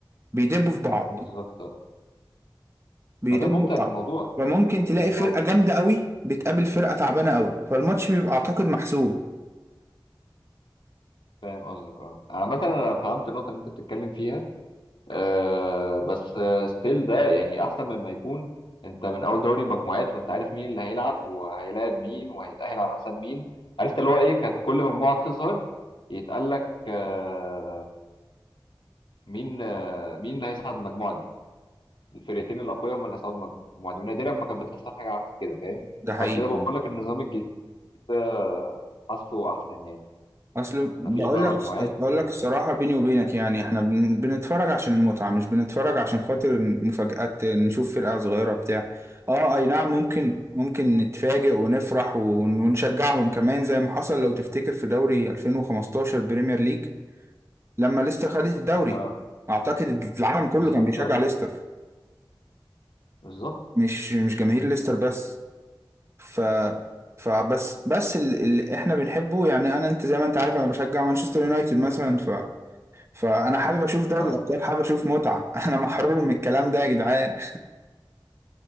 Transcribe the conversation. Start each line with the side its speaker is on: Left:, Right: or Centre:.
Right: بيدبوا في بعض
Left: بالظبط اه.
Right: بيضدوا
Left: ما ده ممتع في
Right: بعض
Left: الموضوع
Right: فممكن
Left: ان
Right: تلاقي
Left: الموضوع
Right: فرقة جامدة قوي بتقابل فرقة تعبانة قوي فالماتش بيبقى أعتقد محسوب
Left: فاهم قصدك اه عامة انا فهمت النقطة اللي انت بتتكلم فيها آه بس ستيل ده يعني احسن مما يكون انت من اول دوري مجموعات وانت عارف مين اللي هيلعب وهيلاعب مين وهيتأهل على حساب مين عرفت اللي هو ايه كانت كل مجموعة تظهر يتقال لك آه، مين آه، مين اللي هيصعد المجموعه دي الفرقتين الاقوياء هم اللي هيصعدوا المجموعه دي ونادرا ما كانت بتحصل حاجه عكس كده فاهم
Right: ده حقيقي
Left: فعشان كده بقول لك النظام الجديد ده حاسه احسن يعني
Right: أصل بقول
Left: مفيش بقى
Right: لك
Left: مجموعات
Right: بقول
Left: ما
Right: لك الصراحة بيني وبينك يعني إحنا بن- بنتفرج عشان المتعة مش بنتفرج عشان خاطر مفاجآت نشوف فرقة صغيرة بتاع آه أي نعم ممكن ممكن نتفاجئ ونفرح ون- ونشجعهم كمان زي ما حصل لو تفتكر في دوري 2015 بريمير ليج لما ليستر خدت الدوري
Left: اه
Right: أعتقد العالم كله
Left: بالظبط
Right: كان بيشجع
Left: اه
Right: ليستر
Left: بالظبط
Right: مش مش جماهير ليستر بس ف فبس بس ال- اللي احنا بنحبه يعني انا انت زي ما انت عارف انا بشجع مانشستر يونايتد مثلا ف فانا حابب اشوف دوري
Left: اه
Right: الابطال حابب اشوف متعه <laughs> انا محروم من الكلام ده يا جدعان